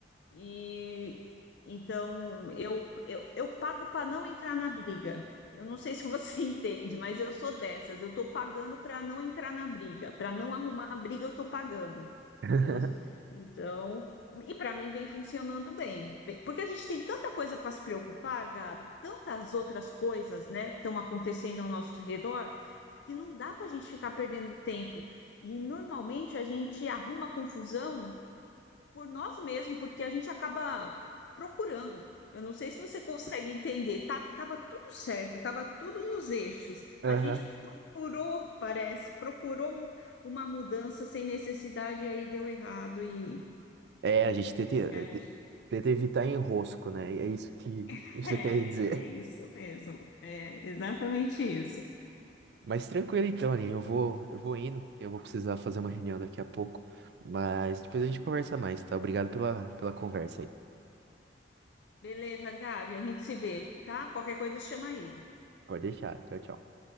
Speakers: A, on the left; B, on the right.
A: E então eu, eu, eu pago para não entrar na briga. Eu não sei <laughs> se você entende, mas eu sou dessas. Eu estou pagando para não entrar na briga, para não arrumar a briga, eu estou pagando.
B: <laughs>
A: Eu, então, e para mim vem funcionando bem. Bem, Porque a gente tem tanta coisa para se preocupar, Gabi, tantas outras coisas, né, estão acontecendo ao nosso redor, que não dá para a gente ficar perdendo tempo. E normalmente a gente arruma confusão por nós mesmos, porque a gente acaba procurando. Eu não sei se você consegue entender. Tá, tava tudo certo, tava tudo nos eixos.
B: Enro...
A: A gente procurou, parece, procurou um- uma mudança sem necessidade e aí deu errado e,
B: É, a gente tenta,
A: e a gen-
B: tenta evitar enrosco, né? É isso que
A: <laughs>
B: <laughs> você
A: é,
B: quer dizer.
A: é isso mesmo. É exatamente isso.
B: Mas tranquilo então, Aline. Eu vou, eu vou indo. Eu vou precisar fazer uma reunião daqui a pouco. Mas depois a gente conversa mais, tá? Obrigado pela, pela conversa aí.
A: Beleza, Gabi, a gente se vê, tá? Qualquer coisa chama aí.
B: Pode deixar. Tchau, tchau.